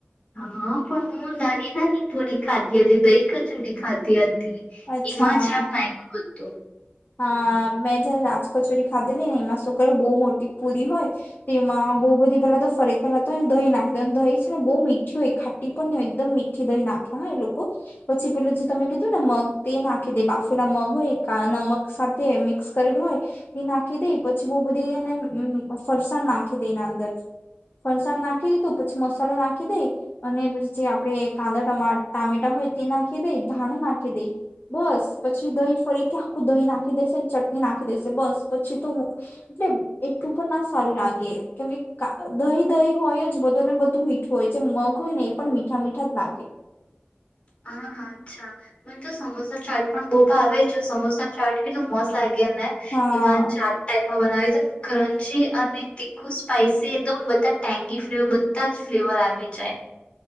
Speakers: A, on the left; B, on the left.
A: હા પણ હું નાની-નાની પૂરી ખાધી હતી, દહી કચોરી ખાધી હત
B: અચ્છા
A: એમા જ <unintelligible>
B: હા
A: હમ
B: મે જારે રાજ કચોરી ખાધેલી ને એમાં શું કરે બહુ મોટી પૂરી હોય, તેમાં બહુ બધી પેલા તો ફરી પહેલા તો એને દહીં નાખી દેવાનું, દહી છે ને બહુ મીઠી હોય, ખાટી પણ ન હોય એકદમ મીઠી દહી નાખે ના એ લોકો, પછી પેલું જે તમે કીધું ને મગ તે નાખી દે બાફેલા મગ હોય કા નમક સાથે મિક્સ કરેલ હોય તે નાખી દે, પછી બઉ બધી એને અમ ફરસાણ નાખી દે એના અંદર, ફરસાણ નાખી દીધું, પછી મસાલો નાખી દે, અને પછી જે આપણે કાંદા ટમા ટામેટા હોય તે નાખી દેઈ, ધાણ નાખી દઈ. બસ પછી દહી ફરી કે આખું દહીં નાખી દેશે, ચટણી નાખી દેશે બસ પછી તો એટલે એટલું પણ ના સારું લાગે કેમકે કા દહી-દહી હોય જ બધું, અને બધું મીઠું હોય, જે મગ હોય ને એ પણ મીઠા-મીઠા જ લાગે.
A: હા, હા અચ્છા. મને તો સમોસા ચાટ પણ બહુ ભાવે જ. સમોસા ચાટ કેટલું મસ્ત લાગ ગે ને
B: હા
A: એમા ચાટ ટાઈપ <unintelligible> બનાવી ત ક્રંચી અને તી ખુ સ્પાઈસી એકદમ બધા <unintelligible> ફ્લેવર બધા જ ફ્લેવર આવી જાય.